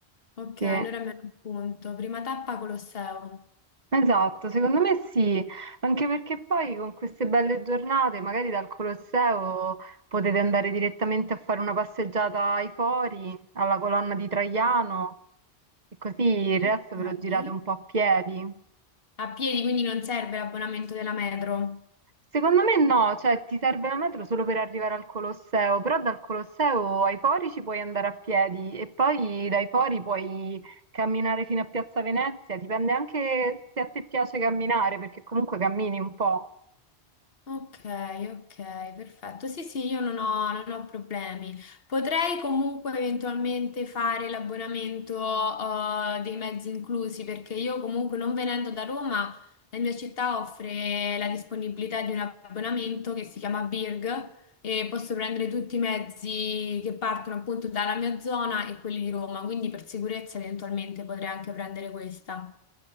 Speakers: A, on the left; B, on the right.
A: Ok,
B: Sì.
A: allora me lo appunto. Prima tappa Colosseo.
B: Esatto, secondo me sì, anche perché poi con queste belle giornate, magari dal Colosseo potete andare direttamente a fare una passeggiata ai Fori, alla colonna di Traiano e così il
A: Ok.
B: resto ve lo girate un po' a piedi.
A: A piedi, quindi non serve l'abbonamento della metro.
B: Secondo me no, cioè ti serve la metro solo per arrivare al Colosseo, però dal Colosseo ai Fori ci puoi andare a piedi e poi dai Fori puoi camminare fino a Piazza Venezia, dipende anche se a te piace camminare, perché comunque cammini un po'.
A: Ok, ok, perfetto. Sì, sì, io non ho, non ho problemi. Potrei comunque eventualmente fare l'abbonamento, eh, dei mezzi inclusi, perché io comunque non venendo da Roma, la mia città offre la disponibilità di un abbonamento che si chiama Birg e posso prendere tutti i mezzi che partono appunto dalla mia zona e quelli di Roma, quindi per sicurezza eventualmente potrei anche prendere questa.